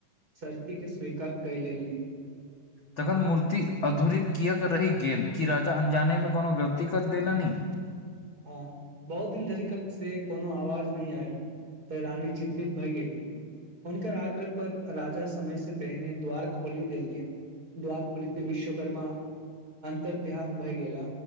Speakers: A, on the right; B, on the left.
A: शर्ती के स्वीकार कै लेली।
B: तखन मूर्ति अधूरी किएक रहि गेल कि राजा अन्जाने में कोनो गलती कर देलनि?
A: हँ बहुत दिन धरि कक्ष से कोनो आवाज नैय आयल तऽ रानी चिन्तित भइ गेली। हनकर आग्रह पर राजा समय से पहिने द्वार खोली देलियए। द्वार खोलिते विश्वकर्मा अंतर ध्यान भय गेला